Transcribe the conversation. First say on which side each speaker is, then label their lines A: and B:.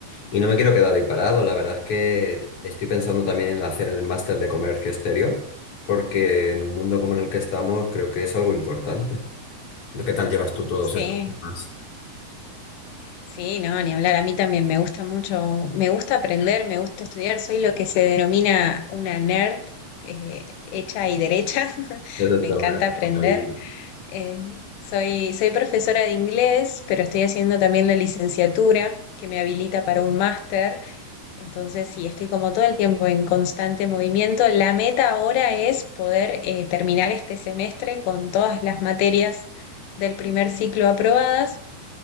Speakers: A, on the left; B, on the left.
A: Y no me quiero quedar ahí parado, la verdad es que estoy pensando también en hacer el máster de comercio exterior, porque en un mundo como en el que estamos creo que es algo importante. ¿Qué tal llevas tú todos
B: Sí.
A: esos temas?
B: Sí, no, ni hablar. A mí también me gusta mucho, me gusta aprender, me gusta estudiar. Soy lo que se denomina una nerd, eh, hecha y derecha. <laughs>
A: Eso está
B: Me encanta
A: maravilloso,
B: aprender.
A: David.
B: Eh, soy, soy profesora de inglés, pero estoy haciendo también la licenciatura que me habilita para un máster. Entonces, sí, estoy como todo el tiempo en constante movimiento. La meta ahora es poder eh, terminar este semestre con todas las materias del primer ciclo aprobadas